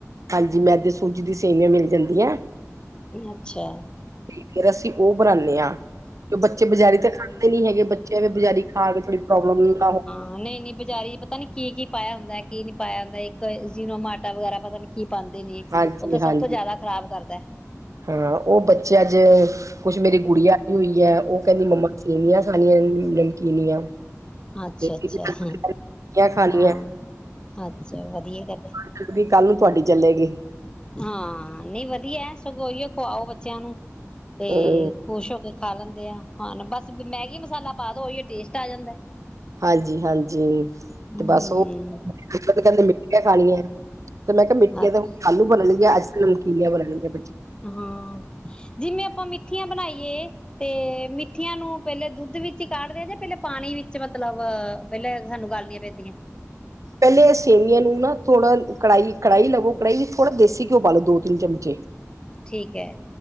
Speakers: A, on the right; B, on the left.
A: ਹਾਂਜੀ ਮੈਦੇ ਸੂਜੀ ਦੀ ਸੇਵੀਆਂ ਮਿਲ ਜਾਂਦੀਆਂ।
B: ਅੱਛਾ।
A: ਫਿਰ ਅਸੀਂ ਉਹ ਬਣਾਉਦੇ ਹਾਂ। ਕਿ ਬੱਚੇ ਬਜਾਰੀ ਤਾਂ ਖਾਂਦੇ ਨੀ ਹੈਗੇ ਬੱਚਿਆਂ ਵੀ ਬਜ਼ਾਰੀ ਖਾ ਕੇ ਥੋੜੀ ਪ੍ਰੋਬਲਮ ਨਾ।
B: ਹਾਂ ਨਹੀਂ ਨਹੀਂ ਬਜ਼ਾਰੀ ਪਤਾ ਨੀ ਕੀ ਕੀ ਪਾਇਆ ਹੁੰਦਾ ਕੀ ਨੀ ਪਾਇਆ ਹੁੰਦਾ ਇੱਕ ਜਿਨੋਮੋਟੋ ਵਗੈਰਾ ਪਤਾ ਨੀ। ਕੀ ਪਾਉਂਦੇ ਨੇ
A: ਹਾਂਜੀ-ਹਾਂਜੀ
B: ਉਹ ਤਾਂ ਸਭ ਤੋਂ ਜਿਆਦਾ ਖ਼ਰਾਬ ਕਰਦਾ।
A: ਹਾਂ ਉਹ ਬੱਚੇ ਅੱਜ ਕੁਛ ਮੇਰੀ ਗੁੜੀਆ ਆਈ ਹੋਈ ਹੈ ਉਹ ਕਹਿੰਦੀ ਮੰਮਾ ਸੇਵੀਆਂ ਖਾਣੀਆ ਨਮਕੀਨੀਆਂ।
B: ਅੱਛਾ
A: ਰੋਟੀਆਂ
B: ਅੱਛਾ ਹ
A: ਖਾਣੀਆਂ
B: ਹਾਂ ਅੱਛਾ ਵਧੀਆ ਕਰਦੇ।
A: ਕਿਉਂਕਿ ਕੱਲ੍ਹ ਨੂੰ ਤੁਹਾਡੀ ਚੱਲੇਗੀ।
B: ਹਾਂ ਨਹੀਂ ਵਧੀਆ ਸਗੋਂਈਏ ਖਵਾਓ ਬੱਚਿਆਂ ਨੂੰ ਤੇ
A: ਹੂੰ
B: ਖੁਸ਼ ਹੋ ਕੇ ਖਾ ਲੈਂਦੇ ਆ ਹਾਂ ਬਸ ਮੈਗੀ ਮਸਾਲਾ ਪਾ ਦੋ ਉਹੀ ਟੇਸਟ ਆ ਜਾਂਦਾ।
A: ਹਾਂਜੀ ਹਾਂਜੀ
B: ਹਮ
A: ਤੇ ਬਸ ਉਹ ਕਹਿੰਦੇ ਮੀਠੀਆ ਖਾਣੀਆਂ। ਤੇ ਮੈਂ ਕਿਹਾ ਮਿੱਠੀਆਂ
B: ਅੱਛਾ
A: ਦੇ ਆਲੂ ਬਣਨਗੀਆਂ ਅੱਜ ਨਮਕੀਲੀਆਂ ਬਣਨਣਗੀਆਂ।
B: ਹਾਂ ਜਿਵੇਂ ਆਪਾਂ ਮਿੱਠੀਆਂ ਬਣਾਈਏ ਤੇ ਮਿੱਠੀਆਂ ਨੂੰ ਪਹਿਲੇ ਦੁੱਧ ਵਿੱਚ ਹੀ ਕਾਢਦੇ ਆ ਜੇ ਪਹਿਲੇ ਪਾਣੀ ਵਿੱਚ ਮਤਲਬ ਪਹਿਲੇ ਸਾਨੂੰ ਗੱਲਨੀਆਂ? ਵਧੀਆਂ।
A: ਪਹਿਲੇ ਸੇਮੀਆਂ ਨੂੰ ਨਾ ਥੋੜਾ ਕੜਾਹੀ ਕੜਾਹੀ ਲਵੋ ਕੜਾਹੀ ਵਿੱਚ ਥੋੜ੍ਹਾ ਦੇਸੀ ਘਿਓ ਪਾਾਲੋ ਦੋ ਤਿੰਨ ਚਮਚੇ
B: ਠੀਕ ਹੈ।